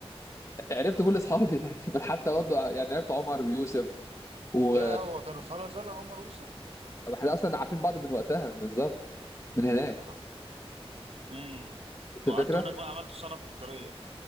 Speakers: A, on the left; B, on the right.
A: عرفت كل اصحابي تقريبا <laughs> حتى برضه يعني عرفت عمر ويوسف و
B: يا هو كانوا في هلا زعل عمر ويوسف
A: طب احنا اصلا عارفين بعض من وقتها بالظبط من هناك
B: انا امم
A: انت
B: وقعدت
A: فكره
B: هناك بقى عملت سنه تحضيريه